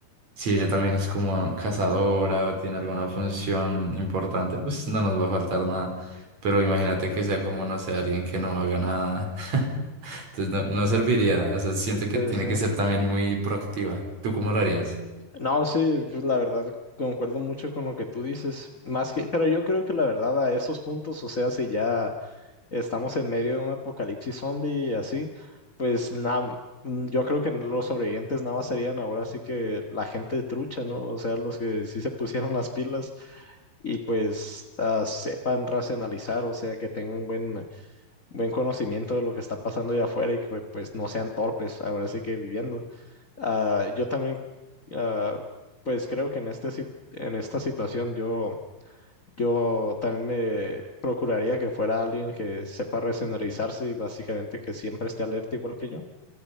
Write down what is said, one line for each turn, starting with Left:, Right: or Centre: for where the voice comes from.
Right: si ella también es como cazadora o tiene alguna función importante, pues no nos va a faltar nada. Pero imagínate que sea como, no sé, alguien que no haga nada. <laughs> Entonces no, no serviría. O sea, siento que
Left: Sí,
Right: tiene
Left: sí.
Right: que ser también muy proactiva. ¿Tú cómo lo harías?
Left: No, sí, pues la verdad concuerdo mucho con lo que tú dices, más que, pero yo creo que la verdad a esos puntos, o sea, si ya estamos en medio de un apocalipsis zombie y así, pues nada, yo creo que los sobrevivientes nada más serían ahora sí que la gente trucha, ¿no? O sea, los que sí se pusieron las pilas y pues ah, sepan racionalizar, o sea, que tengan buen, buen conocimiento de lo que está pasando allá afuera y que pues no sean torpes ahora sí que viviendo. Ah, yo también, ah, pues creo que en este, sit- en esta situación yo, yo también me procuraría que fuera alguien que sepa resenderizarse y básicamente que siempre esté alerta igual que yo.